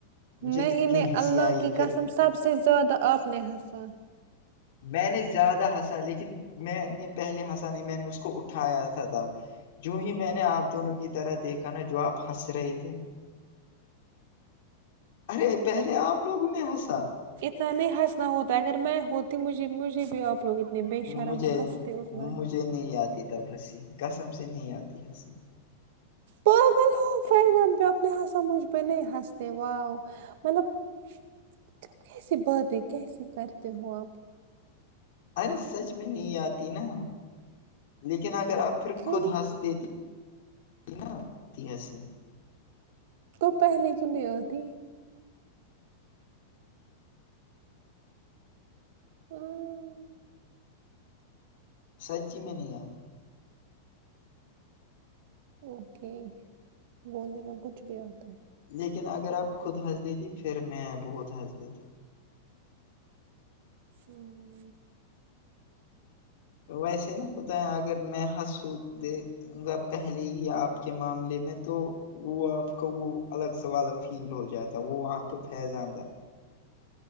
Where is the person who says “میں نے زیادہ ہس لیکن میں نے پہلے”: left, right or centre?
Left